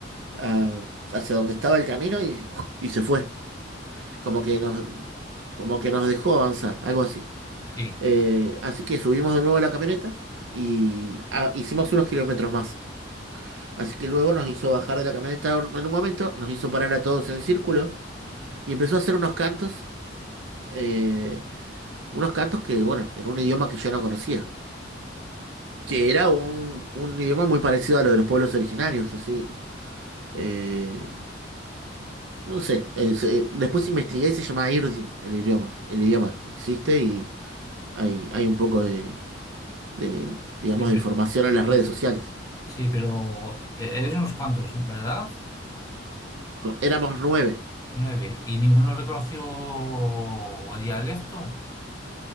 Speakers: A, on the right; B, on the left.
A: ah, hacia donde estaba el camino y, y se fue, como que nos, como que nos dejó avanzar, algo así.
B: Sí,
A: Eh, así que subimos de nuevo a la camioneta y ah, hicimos unos kilómetros más. Así que luego nos hizo bajar de la camioneta en un momento, nos hizo parar a todos en el círculo Y empezó a hacer unos cantos, eh, unos cantos que, bueno, en un idioma que yo no conocía, que era un, un idioma muy parecido a lo de los pueblos originarios, así. eh, no sé, eh, se- después investigué y se llama Irdin, el idioma. El idioma existe y hay, hay un poco de, de, digamos,
B: sí, pero,
A: de información en las
B: sí,
A: redes sociales.
B: sí, pero eh, eres unos cuantos, ¿verdad?
A: Co- Éramos nueve.
B: Nueve. ¿Y ninguno reconoció el dialecto?